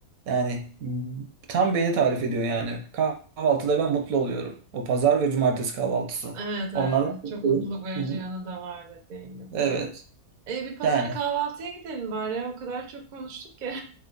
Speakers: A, on the right; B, on the right.
A: Yani m, tam beni tarif ediyor yani. Kahvaltıda ben mutlu oluyorum. O pazar ve cumartesi kahvaltısı.
B: Evet abi
A: Onlardan
B: çok
A: mutluyum.
B: mutluluk verici
A: Hı hı.
B: yanı da var dediğin gibi.
A: Evet.
B: E, bir pazar
A: Yani
B: kahvaltıya gidelim bari ya o kadar çok konuştuk ki.